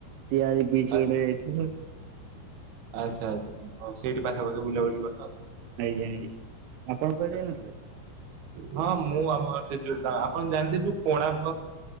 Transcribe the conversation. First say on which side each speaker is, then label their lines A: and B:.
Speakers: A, on the right (about 80°); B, on the right (about 65°).
A: ସିଆଳି। <unintelligible> ସିଆଡେ
B: ଆଚ୍ଛା
A: ଯାଇଥିଲି।
B: ଆଚ୍ଛା, ଆଚ୍ଛା, ସେଇଠି ପାଖାପାଖି ବୁଲାବୁଲି କରିଥବ?
A: ଆଜ୍ଞା ଆଜ୍ଞା, ଆପଣ କୁଆଡେ
B: ଆଚ୍ଛା।
A: ଯାଇ ନଥିଲେ?
B: ହଁ ମୁଁ ଆମର ସେ ଯୋଉଟା ଆପଣ ଜାଣିଥିବେ ସେ କୋଣାର୍କ।